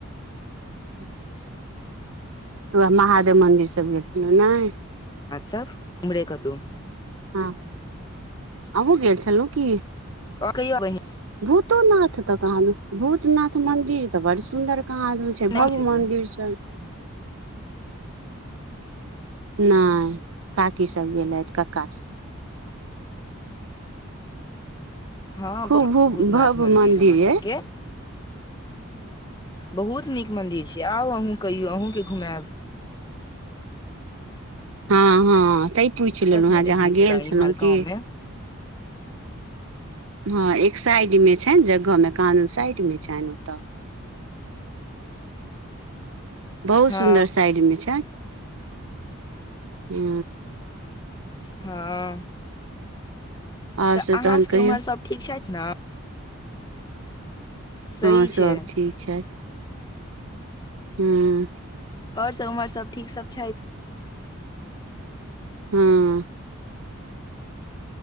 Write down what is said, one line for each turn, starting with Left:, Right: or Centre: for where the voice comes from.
Right: ह तऽ वएह महादेव मन्दिर सभ गेल छलन ने
Left: सभ उमरे कतहु
Right: हँ आबो गेल छलहुँ की
Left: ओ कहिय बै
Right: भूतोनाथ तऽ कहल भूतनाथ मंदिर तऽ बड़ सुन्दर कहाँ आदमी छै भव्य
Left: छलियै
Right: मन्दिर छै नहि काकीसभ गेलेथ क्कासभ
Left: हँहु
Right: खूब भू
Left: भूतनाथ
Right: भव्य
Left: मन्दिर
Right: मंदिर
Left: हमर सभके
Right: अइ
Left: बहुत नीक मंदिर छै आउ अहँ कहियौ अहूँ घुमाब
Right: हँ हँ तै पूछि लेलहुँ
Left: नहि
Right: हेँ जे
Left: देखने
Right: अहाँ गेल छलहुँ
Left: इम्हर
Right: की
Left: गाँव मे
Right: हँ एक साइड मे छै जगहमे कानू साइड मे छनि ओतऽ बहुत
Left: हँ
Right: सुन्दर साइड मे छै ह
Left: हँ
Right: आओर
Left: तऽ
Right: सब
Left: अहाँसभके
Right: तहन कहियौ
Left: उम्हर सभ ठीक छैथ ने सही
Right: हँ
Left: छै
Right: सभ ठीक छै हँ
Left: ओर सभ उमर सभ ठीक सभ छैथ
Right: हँ